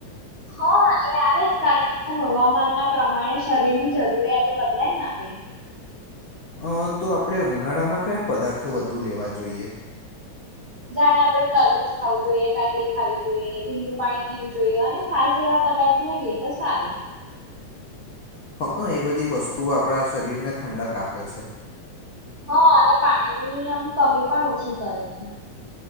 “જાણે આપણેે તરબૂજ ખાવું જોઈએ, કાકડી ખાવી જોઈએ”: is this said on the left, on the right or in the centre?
Right